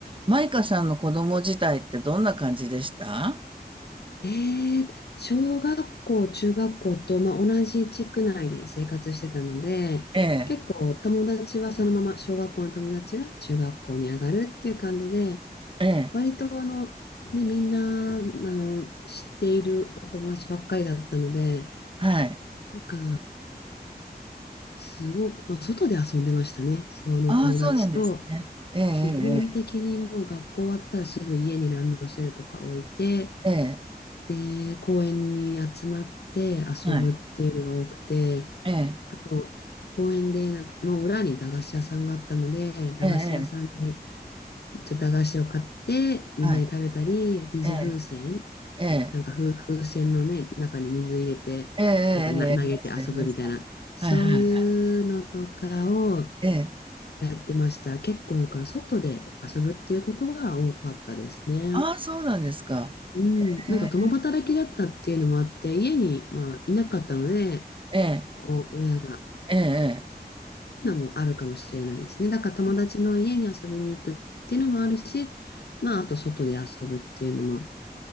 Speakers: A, on the right; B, on the left.
A: マイカさんの子供自体ってどんな感じでした
B: ええ小学校、中学校と、まあ、同じ地区内で生活してたので、
A: ええ、
B: 結構友達はそのまま、小学校の友達が中学校に上がるっていう感じで、
A: ええ、
B: 割とあの、ね、みんな、あの、知っているお友達ばっかりだったので、
A: はい。
B: なんか、すごく、まあ、外で遊んでましたね。その友達と、
A: ああ、そうなんですね。ええ、
B: 基本的にもう学校終わったらすぐ家にランドセルとか置いて、
A: ええ、え
B: で、公園に集まって遊ぶっていうのが多くて、
A: え、ええはい。ええ、
B: あと、公園でなんかの裏に駄菓子屋さんがあったので、駄菓子屋さんでち
A: ええ、ええ、
B: ょっと駄菓子を買ってみんなで食べたり、
A: はい。
B: 水風船、
A: ええ、ええ、
B: なんか風、風船のね、中に水入れて、
A: ええ、ええ、
B: なんかな投げて遊ぶみたいな、
A: ええ、ありました、ありました。
B: そういうのとかを
A: はい、はい。ええ。
B: やってました。結構だから外で遊ぶっていうことが多かったですね。
A: ああ、そうなんですか。
B: うん、なんか共働きだったっていうのもあって、
A: え
B: 家に、まあ、いなかったので、
A: え、ええ、
B: お親が、っ
A: ええ。
B: ていうのもあるかもしれないですね。だから友達の家に遊びに行くっていうのもあるし、まあ、あと外で遊ぶっていうのも